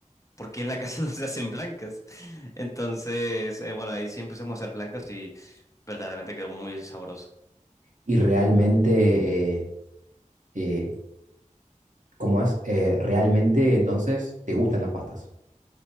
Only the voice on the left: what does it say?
porque en la casa <laughs> no se hacen blancas. Entonces, eh, bueno, ahí sí empezamos a hacer blancas y verdaderamente quedó muy sabroso.